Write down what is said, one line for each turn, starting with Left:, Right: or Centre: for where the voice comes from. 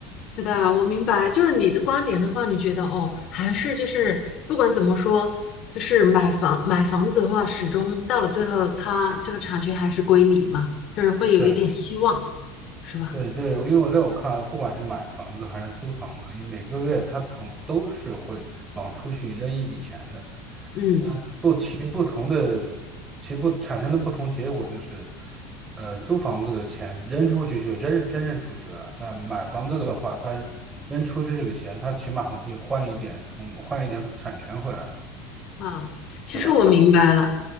Left: 是的，我明白，就是你的观点的话，你觉得哦，还是就是不管怎么说，就是买房买房子的话，始终到了最后，它这个产权还是归你嘛，就是会有一点希望，
Right: 对，
Left: 是吧？
Right: 对对，因为我在我看来，不管是买房子还是租房子，每个月他同都是会往出去扔一笔钱的，
Left: 嗯
Right: 但不其不同的其不产生的不同结果就是，呃，租房子的钱扔出去就真真扔出去了，但买房子的话，他扔出去这个钱，他起码还可以换一点，从换一点产权回来，
Left: 啊，其实我明白了。
Right: 对吧？